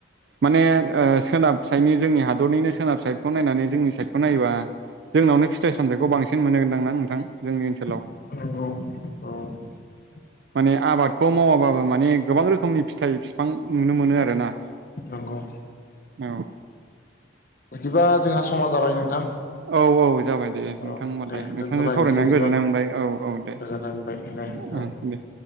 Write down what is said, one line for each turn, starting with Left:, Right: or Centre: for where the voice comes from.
Right: माने अ सोनाबसायनि जोंनि हादरनिनो सोनाब साइखौ नायनानै जोंनि साइडखौ नायोबा जोंनावनो फिथाय सामथायखौ बांसिन मोनगोनदां नोंथां जोंनि ओनसोल
Left: औ औ औ
Right: माने आबादखौ मावाबाबो माने गोबां रोखोमनि फिथाइ बिफां नुनो मोनो आरोना
Left: नंगौ
Right: औ
Left: बिदिबा जोंहा समा जाबाय नोंथां
Right: औ औ जाबाय दे नोंथां
Left: औ
Right: होनबालाय
Left: दे
Right: नोंथांजों
Left: दोनथ'लायनोसै
Right: सावरायनानै
Left: बिदिबा
Right: गोजोननाय मोनबाय औ औ दे
Left: गोजोननाय मोनबाय दे
Right: ओम
Left: औ
Right: दे